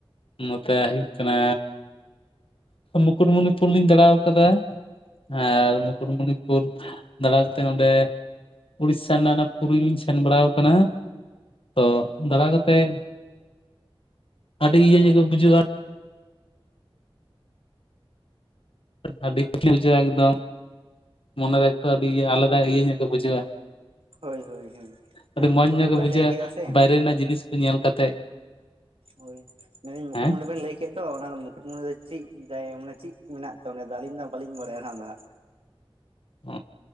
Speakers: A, on the left; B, on the right.
A: ᱱᱚᱛᱮ ᱦᱩᱭᱩᱜ ᱠᱟᱱᱟ ᱢᱩᱠᱩᱴᱢᱩᱱ ᱞᱩᱨ ᱞᱤᱧ ᱫᱟᱬᱟᱣ ᱟᱠᱟᱫᱟ। ᱟᱨ ᱢᱩᱠᱩᱴᱢᱩᱱᱤᱯᱩᱨ ᱫᱟᱬᱟ ᱠᱟᱛᱮ ᱚᱸᱰᱮ ᱩᱲᱤᱥᱥᱟ ᱨᱮᱱᱟᱜ ᱚᱱᱟ ᱯᱩᱨᱤᱞᱤᱧ ᱥᱮᱱ ᱵᱟᱲᱟᱣ ᱠᱟᱱᱟ। ᱛᱚ ᱫᱟᱟᱲᱟ ᱠᱟᱛᱮᱜ ᱟᱹᱰᱤ ᱤᱭᱟᱹ ᱧᱚᱜ ᱜᱮ ᱵᱩᱡᱷᱟᱹᱣ-ᱟ। ᱟᱹᱰᱤ ᱠᱩᱴ <inaudible> ᱵᱩᱡᱷᱟᱹᱜᱼᱟ ᱮᱠᱫᱚᱢ ᱢᱚᱱᱮᱨᱮ ᱮᱠᱴᱚ ᱟᱹᱰᱤ ᱟᱞᱟᱫᱟ ᱤᱭᱟᱹ ᱧᱚᱜ ᱜᱮ ᱵᱩᱡᱷᱟᱹᱜᱼᱟ।
B: ᱦᱳᱭ ᱦᱳᱭ ᱦᱳᱭ ᱢᱟᱱᱮ
A: ᱟᱹᱰᱤ ᱢᱚᱸᱡᱽ
B: ᱢᱩᱠᱩᱴᱢᱩᱱᱤ
A: ᱧᱚᱜ ᱜᱮ
B: ᱵᱮᱱ
A: ᱵᱩᱡᱷᱟᱹᱜᱼᱟ
B: ᱞᱟᱹᱭ ᱠᱮᱫᱟ ᱥᱮ
A: ᱵᱟᱭᱨᱮ ᱨᱮᱱᱟᱜ ᱡᱤᱱᱤᱥ ᱠᱚ ᱧᱮᱞ ᱠᱟᱛᱮᱜ।
B: ᱦᱳᱭ ᱢᱮᱱᱫᱟᱹᱧ <unintelligible> ᱢᱩᱠᱩᱴᱢᱩᱱᱰᱤ
A: ᱦᱮᱸ
B: ᱵᱮᱱ ᱞᱟᱹᱭ ᱠᱮᱫ ᱫᱚ ᱚᱱᱟ ᱫᱚ ᱢᱩᱠᱩᱴᱢᱩᱱᱤ ᱫᱚ ᱪᱮᱫᱟᱭ ᱫᱟᱭᱟᱢ ᱢᱟᱱᱮ ᱪᱮᱫ ᱢᱮᱱᱟᱜ ᱛᱮ ᱚᱰᱮ ᱫᱚ ᱟᱹᱞᱤᱧ ᱫᱚ ᱵᱟᱞᱤᱧ ᱵᱟᱲᱟᱭᱟ ᱱᱟᱦᱟᱜ ᱚᱱᱟ ᱫᱚᱦᱟᱸᱜ।
A: ᱚ